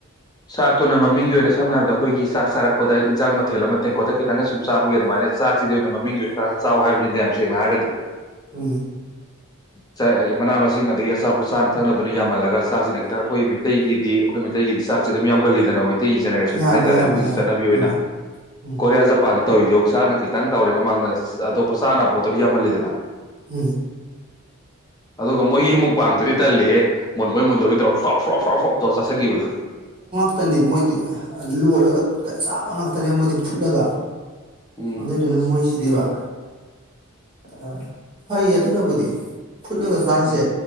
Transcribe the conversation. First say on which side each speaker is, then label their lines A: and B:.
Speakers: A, on the left; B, on the right.
A: ꯆꯥꯛꯇꯨꯅ ꯃꯃꯤꯡꯒꯤ ꯑꯣꯏꯅ ꯁꯝꯅ ꯍꯥꯏꯔꯕꯗ ꯑꯩꯈꯣꯏꯒꯤ ꯆꯥꯛ ꯆꯥꯔꯛꯄꯗ ꯏꯟꯖꯥꯡ ꯃꯊꯦꯜ ꯑꯃ ꯇꯦꯡꯀꯣꯠꯇ ꯈꯤꯇꯪꯒ ꯁꯨꯝ ꯆꯥꯕꯒꯤ ꯑꯗꯨꯃꯥꯏꯅ ꯆꯥꯛꯁꯤꯗꯤ ꯑꯣꯏꯅ ꯃꯃꯤꯡꯒꯤ ꯑꯣꯏꯅ ꯈꯔ ꯆꯥꯎ ꯍꯥꯏꯕꯅꯤꯗ ꯌꯥꯝ ꯁꯦꯡꯅ ꯍꯥꯏꯔꯒꯗꯤ
B: ꯎꯝ
A: ꯆ ꯌꯥꯢ ꯃꯅꯥ ꯃꯁꯤꯡ ꯑꯗꯒꯤ ꯑꯆꯥꯄꯣꯠ ꯆꯥꯅ ꯊꯛꯅꯕꯗꯨꯅ ꯌꯥꯝꯃꯜꯂꯒ ꯆꯥꯛꯁꯤꯅ ꯈꯤꯇꯪ ꯑꯩꯈꯣꯏ ꯃꯩꯇꯩꯒꯤꯗꯤ ꯑꯩꯈꯣꯏ ꯃꯩꯇꯩꯒꯤꯗꯤ ꯆꯥꯛ ꯁꯤ ꯑꯗꯨꯝ ꯌꯥꯝꯒꯜꯂꯤꯗꯅ ꯍꯣꯢ ꯑꯇꯩ ꯖꯦꯅꯦꯔꯦꯁꯟ
B: ꯌꯥꯝꯃꯦ
A: ꯍꯥꯏꯇꯥꯔꯦ
B: ꯌꯥꯝꯃꯦ
A: ꯑꯩꯈꯣꯏꯒꯤ
B: ꯌꯥꯝꯃꯦ
A: ꯆꯠꯅꯕꯤ ꯑꯣꯏꯅ
B: ꯎꯝ ꯎꯝ
A: ꯀꯣꯔꯤꯌꯥ ꯖꯄꯥꯟ ꯇꯧꯔꯤꯗꯣ ꯆꯥꯛꯅ ꯈꯤꯇꯪ ꯇꯧꯔꯦ ꯃꯃꯥꯡꯗꯅ ꯑꯇꯣꯞꯄ ꯆꯥꯅꯕ ꯄꯣꯠꯇꯨꯗꯤ ꯌꯥꯝꯃꯜꯂꯤꯗꯅ
B: ꯎꯝ
A: ꯑꯗꯨꯒ ꯃꯣꯏꯒꯤ ꯃꯨꯛ ꯕꯥꯡꯗꯨꯗꯤ ꯇꯜꯂꯤꯍꯦ ꯃꯨꯟꯕꯣꯏ ꯃꯨꯟꯗꯕꯣꯏ ꯇꯧꯔ ꯐ꯭ꯔꯞ ꯐ꯭ꯔꯞ ꯐ꯭ꯔꯥ ꯐꯞ ꯇꯧ ꯆꯥꯁꯟꯈꯤꯕꯗꯣ
B: ꯉꯇꯅꯦ ꯃꯣꯏꯗꯤ ꯂꯣꯜꯂꯒ ꯆꯥꯕ ꯉꯥꯛꯇꯅꯦ ꯃꯣꯏꯗꯤ ꯐꯨꯠꯂꯒ
A: ꯎꯝ
B: ꯑꯗꯨꯗꯨꯅ ꯃꯣꯏꯁꯤꯗꯤꯕ ꯑꯍ ꯐꯩ ꯑꯕꯨꯅꯕꯨꯗꯤ꯫ ꯐꯨꯠꯂꯒ ꯆꯥꯏꯁꯦ
A: ꯎꯝ